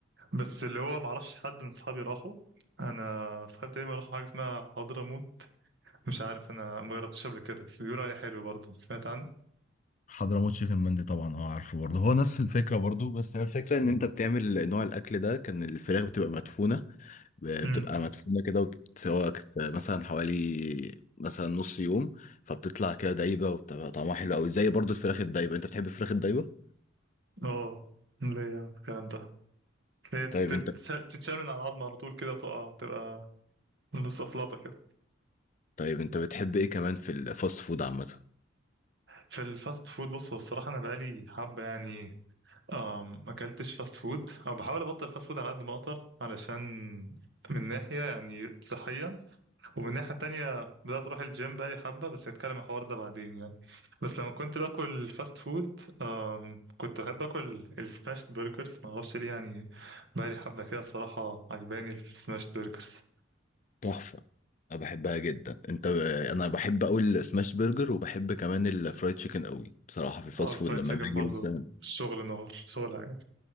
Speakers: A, on the right; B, on the left.
A: بس اللي هو معرفش حد من اصحابي راحوا انا اصحابي تقريبا راحوا حاجه اسمها حضرموت مش عارف انا ما جربتش قبل كده بس بيقولوا عليه حلو برضه انت سمعت عنه
B: حضرموت تشيكن مندي طبعا اه عارفه برضه هو نفس الفكره برضه الفكرة ان انت بتعمل نوع الاكل ده كان الفراخ بتبقى مدفونة بتبقى
A: امم
B: مدفونة كده وبتتسوى كت- مثلا حوالي مثلا نص يوم فبتطلع كده دايبة وبتبقى طعمها حلو قوي زي برضو الفراخ الدايبة انت بتحب الفراخ الدايبة؟
A: اه ليه يا عم الكلام ده هي
B: طيب
A: تت-
B: انت
A: تتشال من على العظم على طول كده تقع تبقى زفلطه كده
B: طيب انت بتحب ايه كمان في الفاست فود عامة؟
A: في الفاست فود بص هو الصراحه انا بقالي حبه يعني أم، ما اكلتش فاست فود او بحاول ابطل فاست فود على قد ما اقدر علشان من ناحيه يعني صحيه ومن الناحية التانية بدأت أروح الجيم بقالي حبة بس هتكلم عن الحوار ده بعدين يعني بس لما كنت باكل فاست فود آم، كنت بحب أكل السماشت برجرز معرفش ليه يعني بقالي حبة كده الصراحة عجباني السماشت برجرز
B: تحفة انا بحبها جدا انت انا بحب قوي السماش برجر وبحب كمان الفرايد تشيكن قوي بصراحة في الفاست
A: اه الفرايد
B: فود لما
A: تشيكن
B: باجي
A: برضو
B: مثلا
A: شغل نهار شغل عادي